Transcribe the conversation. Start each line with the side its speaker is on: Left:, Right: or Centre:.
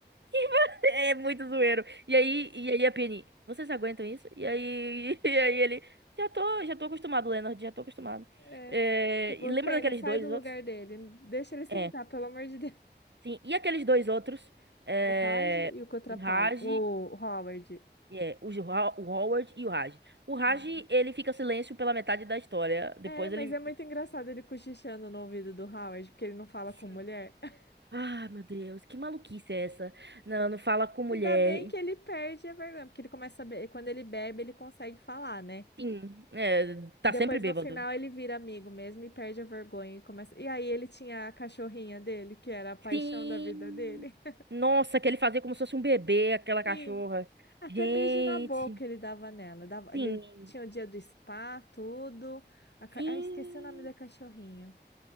Right: <laughs> É muito zoeiro. E aí, e aí a Penny, vocês aguentam isso? E aí, <laughs> e aí ele, já tô, já tô acostumado, Leonard, já tô acostumado.
Left: É.
Right: É,
Left: Tipo,
Right: e
Left: o
Right: lembra
Left: pênis,
Right: daqueles
Left: sai
Right: dois
Left: do lugar
Right: outros?
Left: dele. Deixa ele sentar,
Right: É,
Left: pelo amor de Deus.
Right: sim. E aqueles dois outros, é,
Left: O Raj e o Cotrapalho.
Right: o Raj,
Left: O Howard.
Right: é, o, Ho- o Howard e o Raj. O Raj,
Left: Ah, né?
Right: ele fica em silêncio pela metade da história. Depois
Left: É, mas
Right: ele,
Left: é muito engraçado ele cochichando no ouvido do Howard, porque ele não fala
Right: sim.
Left: com mulher. <laughs>
Right: Ah, meu Deus, que maluquice é essa? Não, não fala com mulher.
Left: Ainda bem
Right: E,
Left: que ele perde a vergonha, porque ele começa a be... quando ele bebe, ele consegue falar, né?
Right: Sim, é, tá
Left: Então, Depois,
Right: sempre bêbado.
Left: no final, ele vira amigo mesmo e perde a vergonha e começa. E aí ele tinha a cachorrinha dele, que era a paixão
Right: Sim.
Left: da vida dele.
Right: Nossa, que ele fazia como se fosse um bebê,
Left: <laughs>
Right: aquela
Left: Sim.
Right: cachorra.
Left: Até
Right: Gente,
Left: beijo na boca ele dava nela. Dava,
Right: sim,
Left: ele tinha o dia do spa, tudo. A, ca-
Right: sim.
Left: ah, esqueci o nome da cachorrinha.